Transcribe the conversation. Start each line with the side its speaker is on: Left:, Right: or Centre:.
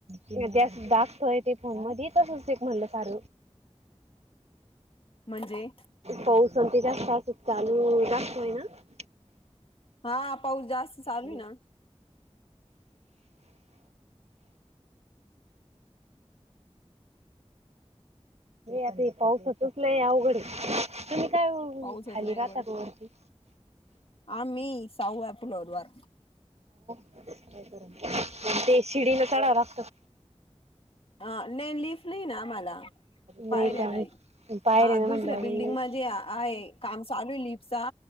Right: ते असं दाबतोय ते फोन मधी तसच ते म्हणलं सार
Left: म्हणजे
Right: पाऊस अन ते जास्त असं चालू जास्त आहे ना <inaudible> <inaudible>
Left: हा पाऊस जास्त चालू
Right: <unintelligible> <inaudible> हे
Left: आहे ना
Right: आता हे पाऊसाच च लय अवघड हे तुम्ही काय
Left: पाऊसात
Right: खाली
Left: लय अवघड
Right: राहता का वरती
Left: आम्ही सहाव्या फ्लोअर वर
Right: का ते शिडी न चढाव लागत
Left: आ नाही लिफ्ट नाही ना आम्हाला
Right: नाही
Left: पायऱ्या
Right: का मी
Left: नायी
Right: पायऱ्या
Left: हा
Right: ना म्हणल्यावर
Left: दुसऱ्या बिल्डिंग
Right: मी
Left: म्हणजे आहे काम चालू आहे लिफ्ट चा